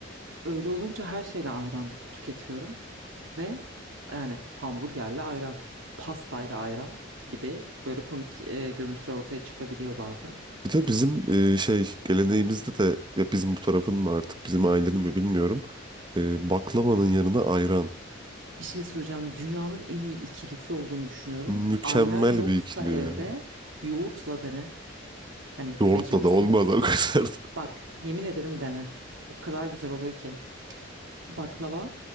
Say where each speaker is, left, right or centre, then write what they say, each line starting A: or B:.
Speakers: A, on the right; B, on the right.
A: Öyle olunca her şeyle ayran tüketiyorum ve yani hamburgerle ayran, pastayla ayran gibi böyle komik eee, görüntüler ortaya çıkabiliyor bazen.
B: Bir de bizim e, şey geleneğimizde de ya bizim bu tarafın mı artık bizim ailenin mi bilmiyorum. E, baklavanın yanına ayran.
A: Bir şey söyleyeceğim. Dünyanın en iyi ikilisi olduğunu düşünüyorum.
B: Mükemmel
A: Ayran yoksa
B: bir ikili
A: evde
B: ya.
A: yoğurtla dene. Hani
B: Yoğurtla
A: mecbursun.
B: da olmaz o kadar. <laughs>
A: Bak yemin ederim dene. O kadar güzel oluyor ki. Baklava,